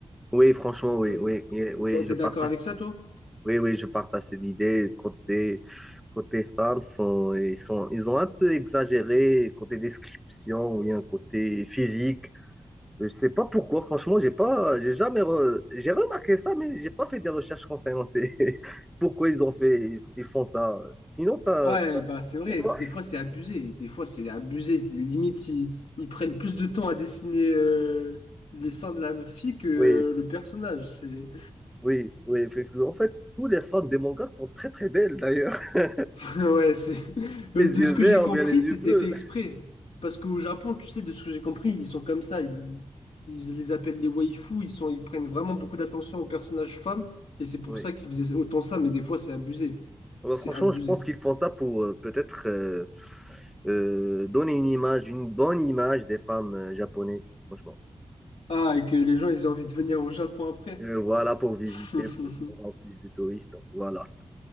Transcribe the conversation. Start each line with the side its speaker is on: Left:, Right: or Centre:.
Centre: Oui, franchement, oui,
Left: Que-
Centre: oui, oui, oui,
Left: que- T'es
Centre: je partage,
Left: d'accord avec ça, toi?
Centre: oui, oui, je partage cette idée. Côté, côté femmes, sont, ils sont, ils ont un peu exagéré côté description ou bien côté physique. Je sais pas pourquoi, franchement, j'ai pas, j'ai jamais, re- j'ai remarqué ça, mais j'ai pas fait des recherches concernant ces... <laughs> pourquoi ils ont fait, ils, ils font ça. Sinon, t'as,
Left: Ouais,
Centre: t'as-
Left: bah c'est vrai,
Centre: et toi?
Left: c'est des fois c'est abusé, des fois c'est abusé, Des- limites ils, ils prennent plus de temps à dessiner euh, les seins de la fille que euh,
Centre: Oui,
Left: le personnage, c'est
Centre: oui, oui, effectivement. En fait, tous les femmes des mangas sont très très belles d'ailleurs. <laughs>
Left: <laughs> ouais, c'est Bah,
Centre: Les
Left: de
Centre: yeux
Left: ce que
Centre: verts
Left: j'ai compris,
Centre: ou bien les
Left: c'était
Centre: yeux bleus.
Left: fait exprès parce qu'au Japon, tu sais de ce que j'ai compris, ils sont comme ça, ils, ils les appellent les waifus, ils sont ils prennent vraiment beaucoup d'attention aux personnages femmes et c'est pour
Centre: Oui.
Left: ça qu'ils faisaient autant ça, mais des fois c'est abusé.
Centre: bah
Left: C'est
Centre: franchement,
Left: abusé.
Centre: je pense qu'ils font ça pour euh, peut-être euh, euh, donner une image, une bonne image des femmes euh, japonaises, franchement.
Left: Ah, et que les gens ils ont envie de venir au Japon après.
Centre: Euh, voilà, pour visiter,
Left: <laughs>
Centre: pour avoir plus de touristes. Donc, Voilà.